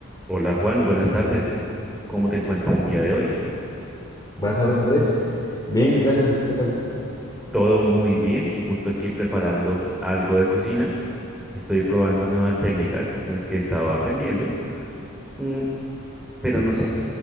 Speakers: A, in the centre; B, on the left.
A: Hola Juan, buenas tardes. ¿Cómo te encuentras el día de hoy?
B: Buenas tardes, Andrés. Bien, gracias. ¿Y tú qué tal?
A: Todo muy bien, justo aquí preparando algo de cocina. Estoy probando nuevas técnicas en las que he estado aprendiendo, Mm, pero no sé,